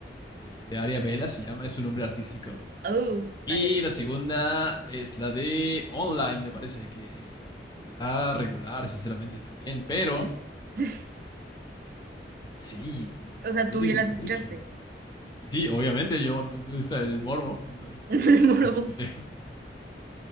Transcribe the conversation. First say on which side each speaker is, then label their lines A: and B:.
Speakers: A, on the left; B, on the right.
A: de, de Aria Vela se llama, es su nombre artístico.
B: Oh,
A: Y
B: Ariana.
A: la segunda es la de online, me parece que está regular, sinceramente, también, pero
B: <laughs>
A: eh, sí, me me
B: O
A: sorprende
B: sea, tú ya
A: mucho.
B: las escuchaste.
A: Y sí, obviamente yo me me gusta el morbo, entonces
B: <laughs> Me morbo.
A: ya las escuché, <laughs>